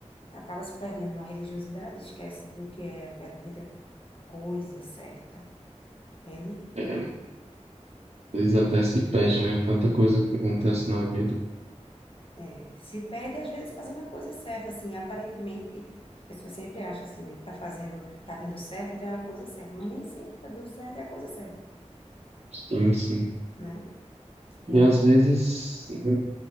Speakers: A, on the left; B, on the right.
A: acaba se perdendo na religiosidade, esquece do que é a verdadeira coisa certa entende?
B: É, né? às vezes até se perde, né? Tanta coisa que acontece na vida.
A: É, Se perde, às vezes, fazendo a coisa certa, assim, aparentemente, as pessoas sempre acham assim, né, que tá fazendo, tá dando certo, então é a coisa certa, mas nem sempre tá dando certo é a coisa certa,
B: Sim, sim.
A: né? E
B: E
A: aí,
B: às vezes né,